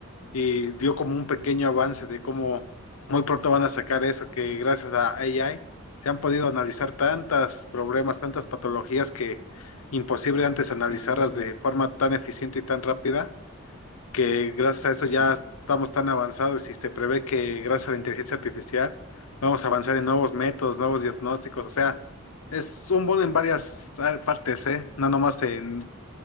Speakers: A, on the left; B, on the left.
A: y dio como un pequeño avance de cómo muy pronto van a sacar eso, que gracias a AI se han podido analizar tantas problemas, tantas patologías que imposible antes analizarlas
B: que antes
A: de
B: no.
A: forma tan eficiente y tan rápida que gracias a eso
B: Sí.
A: ya estamos tan avanzados y se prevé que gracias a la inteligencia artificial vamos a avanzar en nuevos métodos, nuevos diagnósticos, o sea, es un bono en varias ah, partes, ¿eh? No nomás en,